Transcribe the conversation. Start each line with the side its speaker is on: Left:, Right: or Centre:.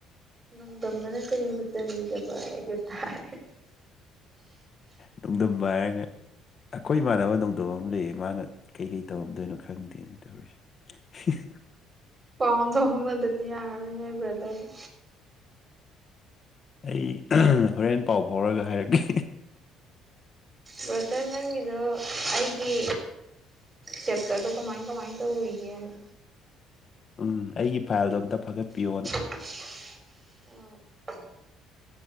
Right: ꯅꯨꯡꯗꯝꯝꯕꯅ ꯀꯔꯤꯕꯨ ꯇꯥꯃꯤꯒꯕ ꯍꯥꯏꯗꯨ ꯇꯥꯏ <inaudible>
Left: ꯅꯣꯡꯗꯝꯕ ꯍꯥꯏꯔꯒ ꯑꯩꯈꯣꯏ ꯏꯃꯥꯟꯅꯕ ꯅꯣꯡꯗꯝꯕ ꯑꯃ ꯂꯩꯌꯦ ꯃꯥꯅ ꯀꯩ ꯀꯩ ꯇꯧꯔꯝꯗꯣꯏꯅꯣ ꯈꯪꯗꯦꯅꯦ ꯇꯧꯔꯤꯁꯦ <unintelligible>
Right: ꯄꯥꯎ ꯑꯝꯇ ꯐꯥꯎꯅꯗꯗꯤ ꯌꯥꯔꯔꯣꯏ ꯅꯣꯏ ꯕ꯭ꯔꯗꯔꯗꯤ
Left: ꯑꯩ ꯍꯣꯔꯦꯟ ꯄꯥꯎ ꯐꯥꯎꯔꯒ ꯍꯥꯏꯔꯛꯀꯦ
Right: ꯕ꯭ꯔꯗꯔ ꯅꯪꯒꯤꯗꯣ ꯑꯩꯒꯤ ꯆꯞꯇꯔ ꯗꯣꯀꯃꯥꯏ ꯀꯃꯥꯏ ꯇꯧꯔꯤꯒꯦꯅ
Left: ꯎꯝ ꯑꯩꯒꯤ ꯐꯥꯏꯜꯗꯣ ꯑꯝꯇ ꯐꯒꯠꯄꯤꯌꯣꯅ
Right: <unintelligible> ꯍꯣꯏ